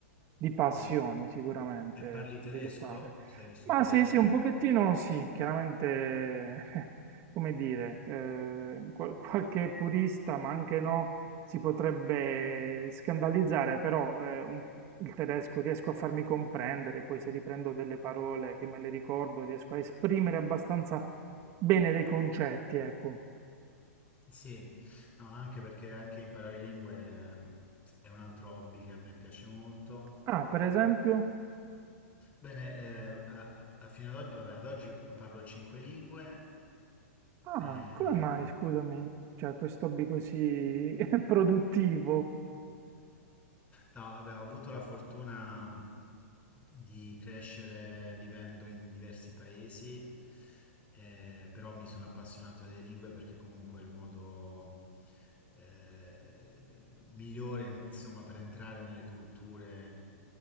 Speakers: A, on the right; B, on the left.
A: di passioni
B: mm.
A: sicuramente
B: E parli tedesco?
A: sviluppare.
B: Sei vissuto
A: Ma sì,
B: lì?
A: sì, un pochettino sì, chiaramente, <laughs> come dire, eh, qual- qualche purista, ma anche no, si potrebbe scandalizzare, però eh, un- il tedesco riesco a farmi comprendere, poi se riprendo delle parole che me le ricordo, riesco a esprimere abbastanza bene dei concetti, ecco.
B: Sì, no, anche perché anche imparare lingue eh, è un altro hobby che a me piace molto.
A: Ah, per esempio?
B: Bene, eh, a- a- fino ad oggi, vabbè, ad oggi parlo cinque lingue.
A: Ah,
B: eh,
A: come mai, scusami, cioè questo hobby così <laughs> produttivo?
B: No, vabbè, ho avuto la fortuna di crescere vivendo in diversi paesi, eh, però mi sono appassionato alle lingue perché comunque è il modo eh, migliore, insomma, per entrare nelle culture